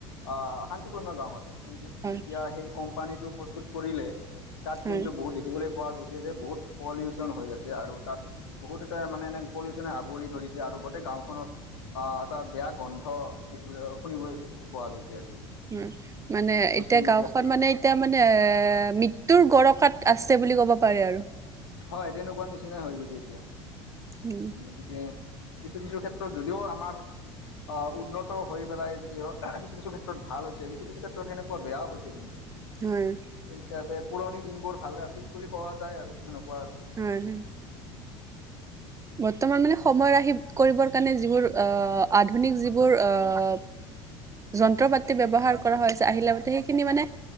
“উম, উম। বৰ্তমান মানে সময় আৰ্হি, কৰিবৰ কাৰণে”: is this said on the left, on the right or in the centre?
Right